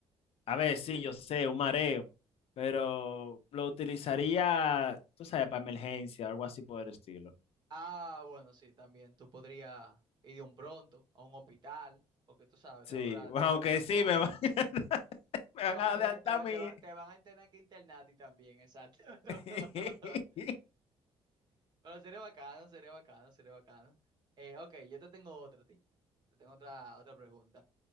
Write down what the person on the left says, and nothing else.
a ver, sí, yo sé, un mareo, pero lo utilizaría, tú sabes, para emergencia, algo así por el estilo.
Sí,
<laughs> bueno,
aunque
sí, me van,
<laughs> me van
a
adelantar
a mí.
<laughs>